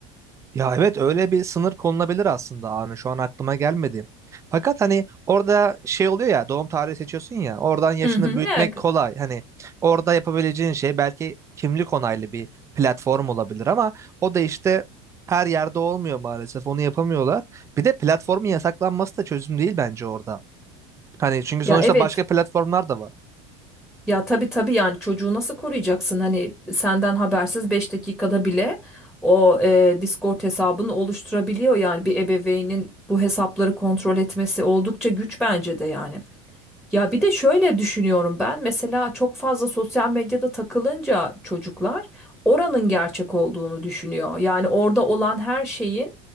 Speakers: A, on the right; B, in the centre.
A: Ya evet öyle bir sınır konulabilir aslında Arne şu an aklıma gelmedi. Fakat hani orada şey oluyor ya doğum tarihi seçiyorsun ya oradan yaşını
B: Hı hı.
A: büyütmek
B: Ya,
A: kolay. Hani orada yapabileceğin şey belki kimlik onaylı bir platform olabilir ama o da işte her yerde olmuyor maalesef onu yapamıyorlar. Bir de platformun yasaklanması da çözüm değil bence orada. Hani çünkü sonuçta
B: ya evet
A: başka platformlar da var.
B: Ya tabii tabii yani çocuğu nasıl koruyacaksın? Hani senden habersiz 5 dakikada bile o e, Discord hesabını oluşturabiliyor yani bir ebeveynin bu hesapları kontrol etmesi oldukça güç bence de yani. Ya bir de şöyle düşünüyorum ben. Mesela çok fazla sosyal medyada takılınca çocuklar oranın gerçek olduğunu düşünüyor. Yani orada olan her şeyin